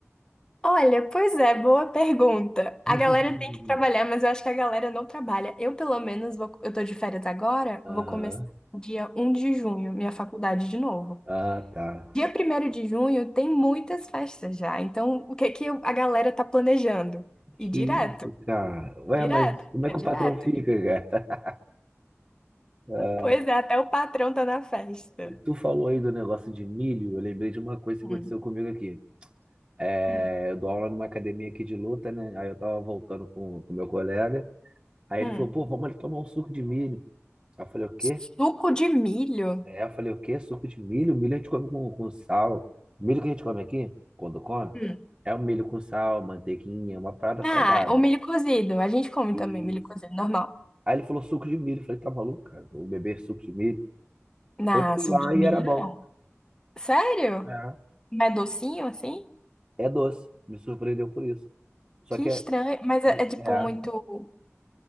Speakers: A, on the left (about 15°); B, on the right (about 25°).
A: Olha, pois é, boa pergunta.
B: <laughs>
A: A galera tem que trabalhar, mas eu acho que a galera não trabalha. Eu, pelo menos, vou- eu tô de férias agora,
B: Aham.
A: vou começar dia um de junho, minha faculdade de novo.
B: Ah, tá.
A: Dia primeiro de junho tem muitas festas já, então o que que eu- a galera tá planejando?
B: Que
A: Ir direto,
B: isso, cara. Ué,
A: ir direto,
B: mas como é
A: é
B: que
A: direto.
B: o patrão fica, cara? Ah,
A: Pois é, até o patrão tá na festa.
B: Tu falou aí do negócio de milho, eu lembrei de uma coisa que
A: Hum,
B: aconteceu comigo aqui. É,
A: hum,
B: eu dou aula numa academia aqui de luta, né? Aí eu tava voltando com o meu colega. Aí
A: hum.
B: ele falou, pô, vamos ali tomar um suco de milho. Aí eu falei, o quê?
A: Suco de milho?
B: É, eu falei, o quê? Suco de milho? Milho a gente come com, com sal. O milho que a gente come aqui, quando come,
A: Hum.
B: é o milho com sal, manteiguinha, uma parada salgada.
A: Ah, o milho cozido. A gente come
B: Isso.
A: também milho cozido, normal.
B: Aí ele falou suco de milho. Eu falei, tá maluco, cara? Vou beber suco de milho.
A: Na
B: Aí eu fui
A: suco
B: lá
A: de
B: e
A: milho?
B: era bom.
A: Sério?
B: É.
A: Mas é docinho assim?
B: É doce. Me surpreendeu por isso. Só
A: Que
B: que
A: estranho.
B: é.
A: Mas é, é, tipo
B: É.
A: muito.